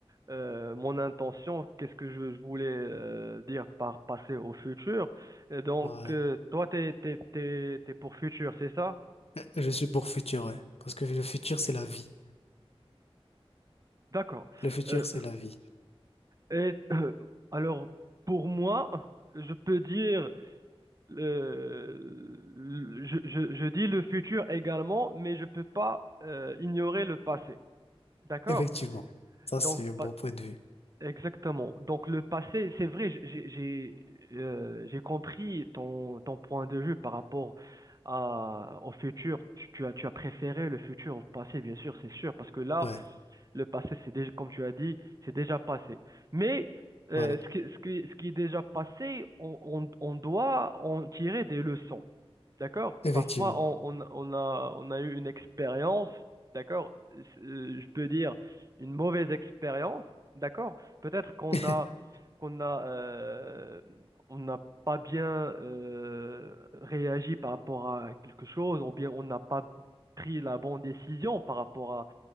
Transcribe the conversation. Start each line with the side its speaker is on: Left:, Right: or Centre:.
Right: euh, mon intention. Qu'est-ce que je voulais euh, dire par passer au futur? Et donc,
Left: Voilà.
Right: euh, toi, t'es, t'es, t'es, t'es pour futur, c'est ça?
Left: Je suis pour futur, ouais. Parce que le futur c'est la vie.
Right: D'accord.
Left: Le futur
Right: Euh,
Left: c'est la vie.
Right: et <clears throat> alors, pour moi, je peux dire le- le- je, je- je dis le futur également, mais je peux pas euh, ignorer le passé. D'accord?
Left: Effectivement. Ça
Right: Donc,
Left: c'est un bon
Right: pa-
Left: point de vue.
Right: exactement. Donc, le passé, c'est vrai, j- j'ai, j'ai, euh, j'ai compris ton, ton point de vue par rapport à, au futur. Tu, tu as, tu as préféré le futur au passé, bien sûr, c'est sûr, parce que là,
Left: Ouais.
Right: le passé, c'est déjà, comme tu as dit, c'est déjà passé. Mais euh,
Left: Voilà.
Right: ce qui, ce qui, ce qui est déjà passé, on, on on doit en tirer des leçons. D'accord?
Left: Effectivement.
Right: Parfois, on, on- on a, on a eu une expérience, d'accord? C'est- Euh, Je peux dire une mauvaise expérience, d'accord? Peut-être qu'on
Left: <laughs>
Right: a, qu'on a, euh, on n'a pas bien euh, réagi par rapport à quelque chose, ou bien on n'a pas pris la bonne décision par rapport